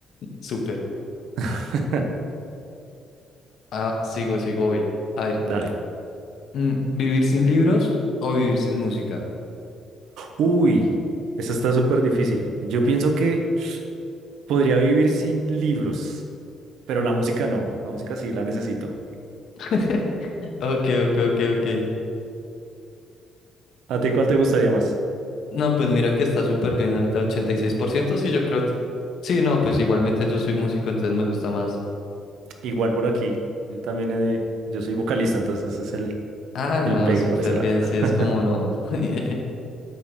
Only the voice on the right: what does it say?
<laughs>
Dale.
Uy, esa está súper difícil. Yo pienso que podría vivir sin libros, pero la música no. La música sí la necesito.
¿A ti cuál te gustaría más?
Igual por aquí. Yo también, eh, yo soy vocalista, entonces ese es el,
el
pegue
por ese lado.
<laughs>